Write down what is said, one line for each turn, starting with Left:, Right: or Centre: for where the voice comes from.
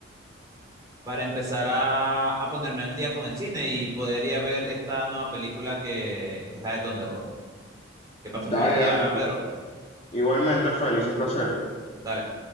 Right: para empezar a, a ponerme al día con el cine y podría ver esta nueva película que, que es la de Thunderbolt. Que pase
Left: Dale,
Right: feliz día,
Left: dale, entonces.
Right: Pedro.
Left: Igualmente, Félix, un placer.
Right: Dale.